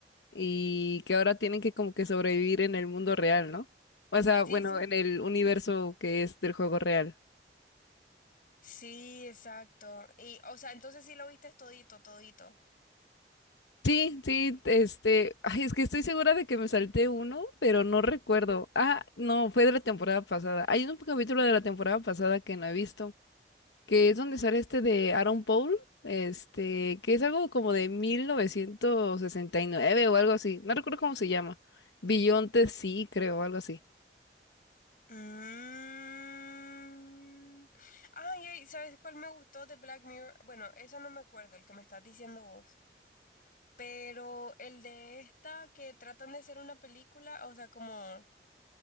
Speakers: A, on the left (about 80°); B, on the left (about 50°).
A: y que ahora tienen que como que sobrevivir en el mundo real, ¿no? O sea,
B: Sí,
A: bueno,
B: sí.
A: en el universo que es del juego real.
B: Sí, exacto. Y, o sea, entonces sí lo viste todito, todito.
A: Sí, sí, este, ay, es que estoy segura de que me salté uno, pero no recuerdo. Ah, no, fue de la temporada pasada. Hay un capítulo de la temporada pasada que no he visto. que es donde sale este de Aaron Paul, este, que es algo como de 1969 o algo así, no recuerdo cómo se llama. Billonte sí, creo, algo así.
B: Mm. Ay, ay, ¿sabes cuál me gustó de Black Mirror? Bueno, eso no me acuerdo, el que me estás diciendo vos. Pero el de esta que tratan de hacer una película, o sea, como